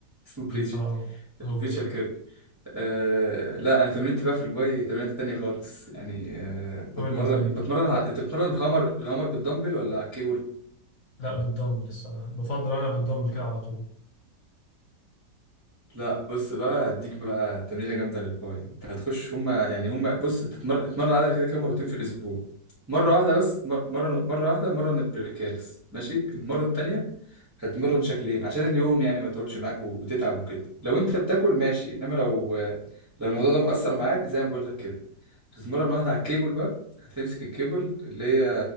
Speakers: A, on the right; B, on the left.
A: اسمه بريتشر
B: اه هو
A: البريتشر
B: ده
A: كيرل آه لا انا تمرينتي بقى في الباي تمرينات تانية خالص يعني آه بتمرن
B: قول لي طيب
A: بتمرن ع... انت بتمرن الهامر الهامر بالدمبل ولا على الكيبل
B: لا بالدمبل الصراحة بفضل أنا بالدمبل كده على طول
A: لا بص بقى هديك بقى تمرينة جامدة للباي انت هتخش هما يعني هما بص تتمر... تتمرن عضلة كده كده مرتين في الاسبوع مرة واحدة بس مر... مرة مرة واحدة مرة البريكالس ماشي المرة التانية هتمرن شكلين عشان اليوم يعني ما يطولش معاك و- وتتعب وكده لو انت بتاكل ماشي انما لو لو الموضوع ده مأثر معاك زي ما بقول لك كده هتتمرن واحدة على الكيبل بقى هتمسك الكيبل اللي هي